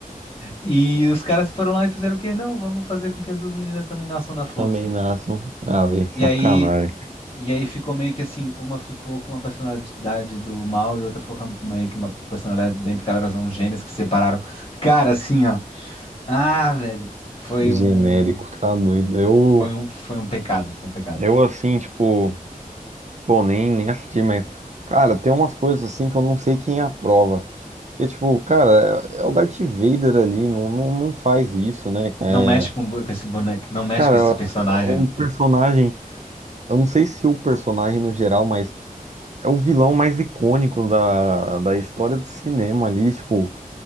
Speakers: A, on the left (about 40°); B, on the right (about 50°).
A: E os caras foram lá e fizeram o quê? Não, vamos fazer com que as duas meninas também nasçam da
B: <laughs>
A: força.
B: também nasçam. Ah, velho,
A: E
B: sacanagem.
A: aí, e aí ficou meio que assim, uma ficou com uma personalidade do mal e outra ficou com meio que uma personalidade do bem, porque elas eram gêmeas que se separaram. Cara, assim, ó. Ah, velho, foi
B: Genérico,
A: um,
B: tá doido. Eu,
A: foi um, foi um pecado, foi um pecado.
B: eu assim, tipo. Pô, nem, nem assisti, mas. Cara, tem umas coisas assim que eu não sei quem aprova. Porque, tipo, cara, é é o Darth Vader ali, não, não, não faz isso, né? É,
A: Não mexe com, com esse boneco, não mexe
B: cara,
A: com esse personagem,
B: o
A: né?
B: personagem. Eu não sei se o personagem no geral, mas é o vilão mais icônico da, da história do cinema ali, tipo,